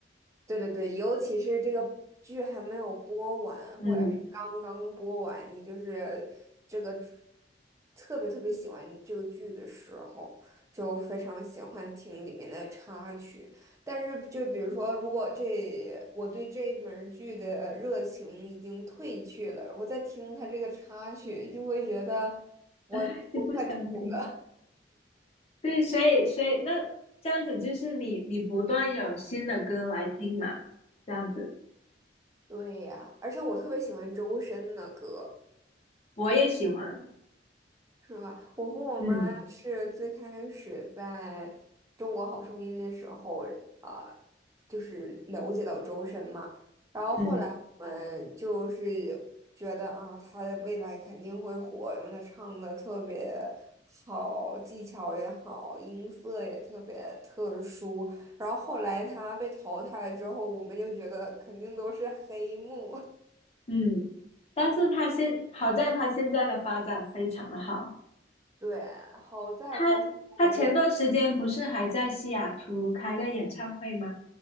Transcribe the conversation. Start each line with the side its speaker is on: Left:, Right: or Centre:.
Right: 对对对，尤其是这个剧还没有播完，
Left: 嗯，
Right: 或者是刚刚播完，你就是这个特别特别喜欢这个剧的时候，就非常喜欢听里面的插曲。但是，就比如说，如果这我对这门儿剧的热情已经褪去了，我再听它这个插曲，就会觉得我我快吐了。
Left: <laughs> 就不想听了。对，所以所以那这样子就是你你不断有新的歌来听嘛，这样子
Right: <laughs> 对呀，而且我特别喜欢周深的歌。
Left: 我也喜欢，
Right: 是吧？我和我妈是最开始在《中国好声音》的时候，
Left: 嗯
Right: 呃，就是了解到周深嘛，然后后来我们就是觉得啊，
Left: 嗯
Right: 他未来肯定会火，因为他唱的特别好，技巧也好，音色也特别特殊。然后后来他被淘汰之后，我们就觉得肯定都是黑幕。<laughs>
Left: 嗯，但是他现好在他现在的发展非常的好，
Right: 对，好在他现在越
Left: 他他前段时间不是还在西雅图开个演唱会吗？